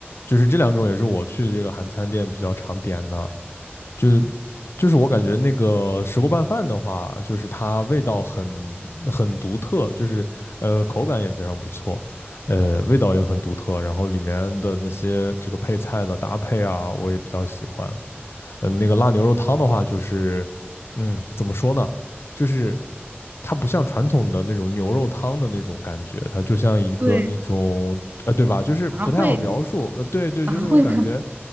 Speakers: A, on the left; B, on the right.
A: 就是这两种也是我去这个韩餐店比较常点的。就就是我感觉那个石锅拌饭的话，就是它味道很很独特，就是呃口感也非常不错。呃，味道也很独特，然后里面的那些这个配菜的搭配啊，我也比较喜欢。嗯、呃那个辣牛肉汤的话，就是嗯，怎么说呢？就是它不像传统的那种牛肉汤的那种感觉，它就像一个那种呃，
B: 对，
A: 对吧？就是不太好描述，
B: 杂烩
A: 呃，对对，
B: 杂烩的，
A: 就那种感觉，